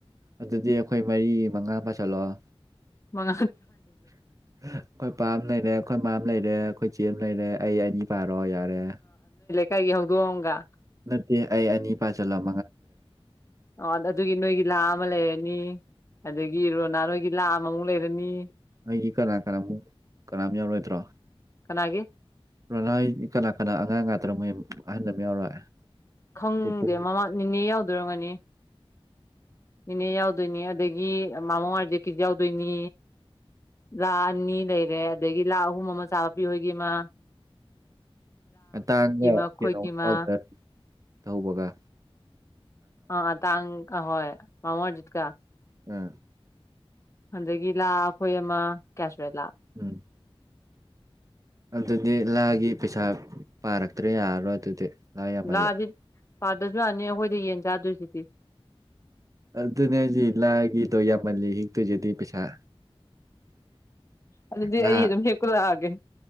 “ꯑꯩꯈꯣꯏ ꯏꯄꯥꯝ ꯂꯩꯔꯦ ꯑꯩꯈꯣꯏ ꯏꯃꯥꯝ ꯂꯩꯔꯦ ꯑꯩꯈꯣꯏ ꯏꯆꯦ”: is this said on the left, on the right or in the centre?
Right